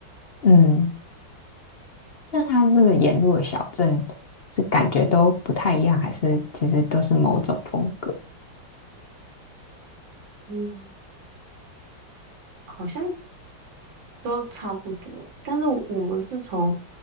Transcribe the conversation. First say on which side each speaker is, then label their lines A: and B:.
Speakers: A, on the left; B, on the right.
A: 嗯，那它那个沿路的小镇是感觉都不太一样，还是其实都是某种风格？<laughs>
B: 嗯，好像都差不多，但是我们是从